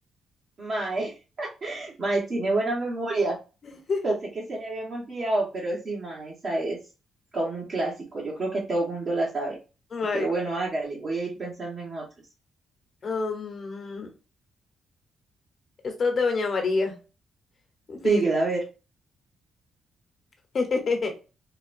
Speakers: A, on the right; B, on the left.
A: Mae, <laughs> Mae, tiene buena memoria.
B: <laughs>
A: Pensé que se le habían olvidado, pero sí, ma, esa es como un clásico. Yo creo que todo mundo la sabe.
B: Mae,
A: Pero bueno, hágale, voy a ir pensando en otros.
B: am, esto es de Doña María. Dice,
A: Dígala, a ver,
B: <laughs>